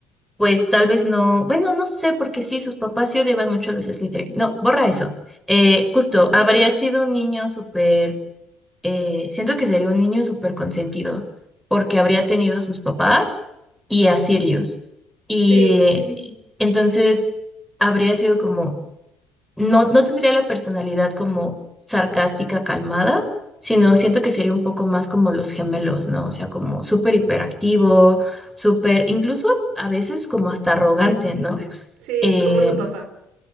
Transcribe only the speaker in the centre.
pues tal vez no, bueno, no sé, porque sí, sus papás sí odiaban mucho a los Slytherin. No, borra eso. Eh, justo, habría mm. sido un niño súper eh, siento que sería un niño súper consentido, porque habría tenido a sus papás y a Sirius. Y
eh, entonces habría sido como, no, no tendría la personalidad como sarcástica, calmada, sino siento que sería un poco más como los gemelos, ¿no? O sea, como súper hiperactivo, súper, incluso a veces como hasta arrogante, ¿no?
Eh,